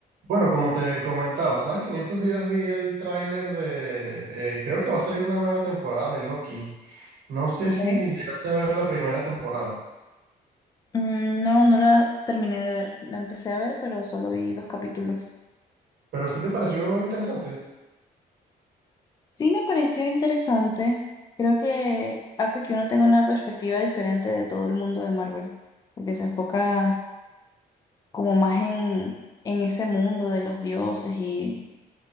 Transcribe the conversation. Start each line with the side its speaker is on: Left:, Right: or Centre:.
Right: Bueno, como te comentaba, sabes que en estos días vi el tráiler de, eh, creo que va a salir una nueva temporada de Loki. No sé
Left: Ok.
Right: si llegaste a ver la primera temporada,
Left: Mm, No, no la terminé de ver. La empecé a ver, pero solo vi dos capítulos.
Right: pero sí te pareció interesante.
Left: Sí me pareció interesante. Creo que hace que uno tenga una perspectiva diferente de todo el mundo de Marvel, porque se enfoca como más en, en ese mundo de los dioses y